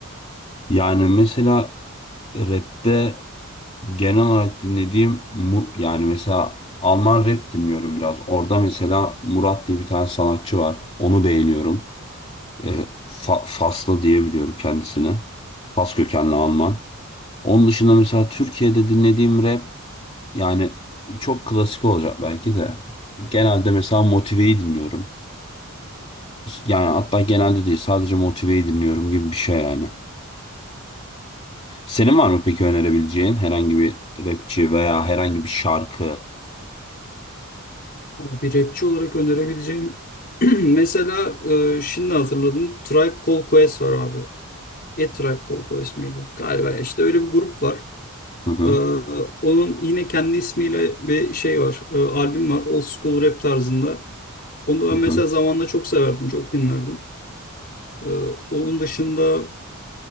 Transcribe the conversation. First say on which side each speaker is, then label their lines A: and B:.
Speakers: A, on the left; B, on the left.
A: Yani mesela rapte genel olarak dinlediğim mu, yani mesela Alman rap dinliyorum biraz. Orada mesela Murat diye bir tane sanatçı var. Onu beğeniyorum. E, Fa- Faslı diyebiliyorum kendisini. Fas kökenli Alman. Onun dışında mesela Türkiye'de dinlediğim rap yani çok klasik olacak belki de. Genelde mesela Motive'yi dinliyorum. Yani hatta genelde değil sadece Motive'yi dinliyorum gibi bir şey yani. Senin var mı peki önerebileceğin herhangi bir rapçi veya herhangi bir şarkı?
B: Bir rapçi olarak önerebileceğim <clears throat> mesela e, şimdi hatırladım Tribe Called Quest var abi. E Tribe Called Quest miydi? Galiba ya. işte öyle bir grup var.
A: Hı hı,
B: E, onun yine kendi ismiyle bir şey var. E, albüm var. Old School Rap tarzında. Onu
A: hı
B: ben mesela
A: hı,
B: zamanla çok severdim. Çok dinlerdim. E, onun dışında